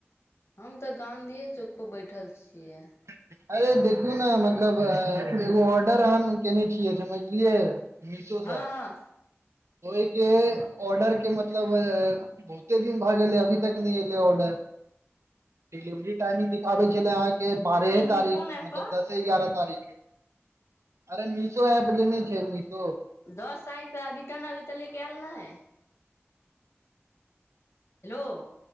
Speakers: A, on the left (about 70°); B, on the right (about 85°).
A: हम तऽ गांधी चौक पर बैठल छियै
B: अरे देखियौ ने मतलब एगो ऑर्डर अह केने छियै समझलियै मीशो
A: हँ
B: सँ
A: हँ
B: एक ऑर्डर के मतलब बहुते दिन भए गेलै अभी तक नहि एलै ऑर्डर डिलिवरी टाइमिंग दिखाबै छै क अहाँके बारहे
A: की
B: तारीख
A: कोन ऐप
B: मतलब
A: पर
B: दस से एग्यारहे तारीख अरे मिषो ऐप जे नहि छै मिषो
A: दस तारीख तऽ रिटर्न अभि तलिक आयल नै हेलो